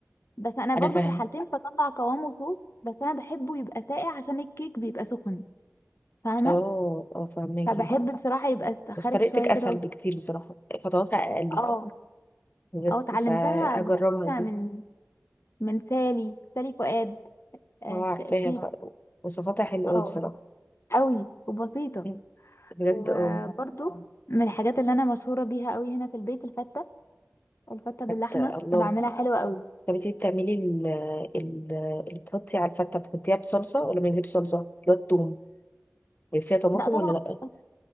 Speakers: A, on the left; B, on the left.
A: بس انا
B: أنا
A: برضو
B: فاهم
A: في الحالتين بطلع قوامه صوص بس انا بحبه يبقى ساقع عشان الكيك بيبقى سخن فاهمه
B: اه اه فاهماكي
A: فبحب بصراحه يبقى خارج
B: بس طريقتك
A: شويه
B: أسهل
A: كده
B: بكتير بصراحة خطواتها أقل
A: اه
B: بجد
A: اه اتعلمتها
B: فهجربها
A: مش فاكرة
B: دي
A: من من سالي سالي فؤاد آه،
B: هو عارفاها
A: ش- شيف
B: ف... وصفاتها حلوة
A: اه
B: أوي بصراحة
A: قوي وبسيطة
B: مم. بجد
A: وبرضو
B: اه
A: من الحاجات اللي انا مشهورة بيها قوي هنا في البيت الفتة الفتة باللحمة
B: بت... الله
A: بعملها حلوة قوي
B: طب انتي بتعملي ال... ال... اللي بتحطي على الفتة بتحطيها بصلصة ولا من غير صلصة اللي هو التوم يعني فيها طماطم
A: لا طبعا
B: ولا لأ
A: بصلصة